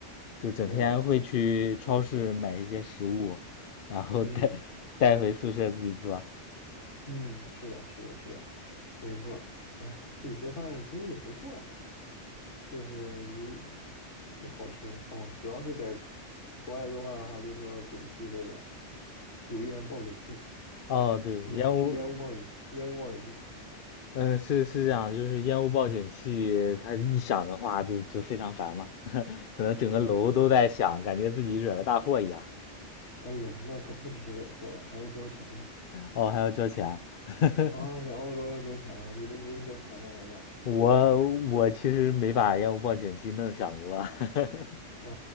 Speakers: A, on the left; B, on the left.
A: 就整天会去超市买一些食物，
B: 对，
A: 然后带
B: 嗯
A: <laughs> 带回宿舍自己做。
B: 嗯，是的，是的，是的，没错儿。哎，自己做饭其实也不错呀，就是你也好吃哦。主要是在国外做饭的话，就是要警惕那个油烟报警器。
A: 哦，对，
B: 烟雾烟雾报警器，
A: 烟雾，
B: 烟雾报警器，
A: 嗯，是是这样，就是烟雾报警器，它一响的话就就非常烦嘛，<laughs> 可能整个楼都在响，
B: 对对是，
A: 感觉自己惹了大祸一样。
B: 哎呦，那可不只是惹祸呀，还要交钱呢。
A: 哦，还要交钱啊。<laughs>
B: 啊，在澳洲要交钱啊？你们不用交钱吗？难道？
A: 我我其实没把烟雾报警器弄响过啊，<laughs>
B: 哦